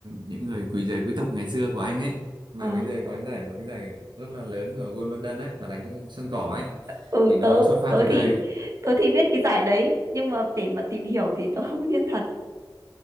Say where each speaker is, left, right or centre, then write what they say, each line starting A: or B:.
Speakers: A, on the right; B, on the right.
A: những người quý giới quý tộc ngày xưa của Anh ấy mà
B: ờ.
A: bây giờ có giải một cái giải rất là lớn ở Wimbledon London ấy là đánh trên sân sân cỏ ấy
B: Ừ,
A: thì nó
B: tớ,
A: xuất phát
B: tớ
A: từ
B: thì,
A: đấy
B: tớ thì biết cái giải đấy. Nhưng mà để mà tìm hiểu thì tớ không biết thật.